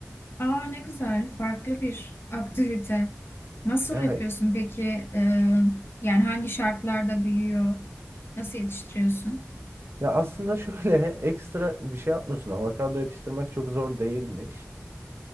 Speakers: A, on the left; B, on the right.
A: Aa ne güzel. Farklı bir aktivite. Nasıl
B: Evet.
A: yapıyorsun peki? Ee, yani hangi şartlarda büyüyor? Nasıl yetiştiriyorsun?
B: Ya aslında şöyle <laughs> ekstra bir şey yapmıyorsun. Avokado yetiştirmek çok zor değilmiş.